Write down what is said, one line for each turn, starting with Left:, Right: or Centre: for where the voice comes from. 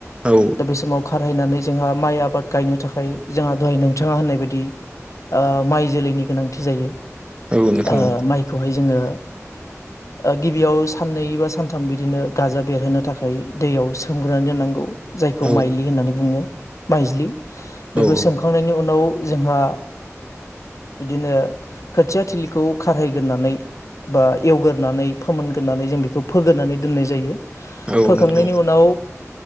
Right: औ
Left: दा बे समाव खारहायनानै जोंहा माइ आबाद गायनो थाखाय जाहा दहाय नोंथाङा होननाय बायदि आ माइ जोलैनि गोनांथि जायो।
Right: औ नोंथां
Left: आ माइखौहाय जोङो आ गिबियाव साननै बा सा सानथाम बिदिनो गाजा बेरहोनो थाखाय दैयाव सोमग्रोनानै दोननांगौ। जायखौ
Right: औ नोंथां औ
Left: माइलि होननानै बुङो माइज्लि बेखौ
Right: औ
Left: सोमखांनायनि उनाव जोंहा बिदिनो खोथिया थिलिखौ खारहायग्रोनानै बा एवगोरनानै फोमोनगोरनानै जों बेखौ फोग्रोनानै दोननाय जायो।
Right: औ
Left: फोखांनायनि
Right: नोंथां
Left: उनाव